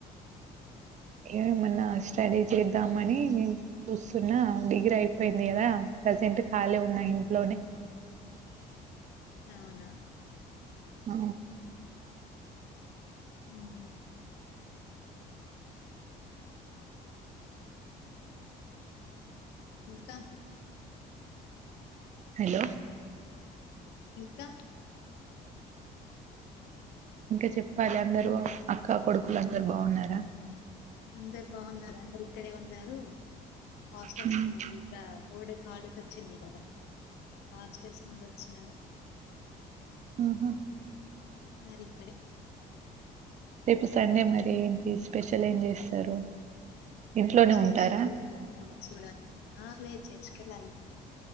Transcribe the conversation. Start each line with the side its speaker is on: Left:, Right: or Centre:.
Right: ఏమన్నా స్టడీ చేద్దామని చూస్తున్నా డిగ్రీ అయిపోయింది కదా. ప్రజెంట్ ఖాళీ ఉన్నా ఇంట్లోనే.
Left: హ్మ్. అవునా?
Right: ఆ!
Left: ఉ హు! <unintelligible>
Right: హలో!
Left: ఇంకా.
Right: ఇంకా చెప్పాలి. అందరూ
Left: హలో!
Right: అక్కా, కొడుకు లందరు బావున్నారా?
Left: అందరూ బావున్నారండి. ఇక్కడే ఉన్నారు. హాస్టల్స్
Right: హ్మ్.
Left: నిండి ఇక ఫోర్డేస్. ఫ్లాల్ హాలీడేస్ వచ్చింది కదా. హాస్టల్స్ నుండి వచ్చినరు.
Right: హు హూ!
Left: నాదిక్కడే.
Right: రేపు సండే మరీ, స్పెషల్ ఏం చేస్తారు? ఇంట్లోనే
Left: స్పెషల్
Right: ఉంటారా?
Left: చూడాలి ఆ లేదు చర్చ్ కి వెళ్లాలి.